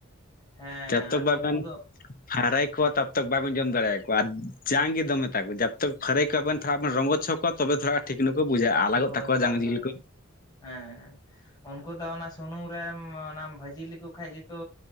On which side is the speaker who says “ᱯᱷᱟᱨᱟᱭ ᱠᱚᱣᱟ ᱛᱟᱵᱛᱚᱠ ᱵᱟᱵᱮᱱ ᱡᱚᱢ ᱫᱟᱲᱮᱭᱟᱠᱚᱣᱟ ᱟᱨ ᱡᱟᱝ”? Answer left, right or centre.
Left